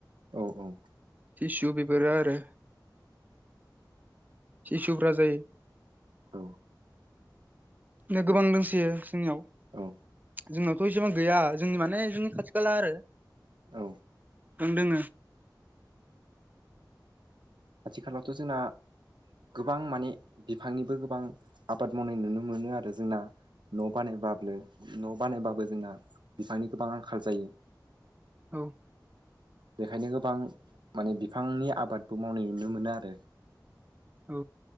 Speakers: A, on the right; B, on the right.
A: औ औ
B: सिसु बेफोरो आरो सिसुफोरा जायो
A: औ
B: गोबां दोंसोयो जोंनियाव
A: औ
B: जोंनावथ एसेबां गैया जोंनि माने जोंनि खाथि खाला आरो
A: औ
B: दोंङो
A: आथिखालावथ' जोंना गोबां माने बिफांनिबो गोबां आबाद मावनाय नुनो मोनो आरो जोंना न' बानायबाब न' बानायबाबो जोंना बिफांनि गोबां आंखाल जायो
B: औ
A: बेखायनो गोबां माने बिफांनि आबादबो मावनाय नुनो मोनो आरो
B: औ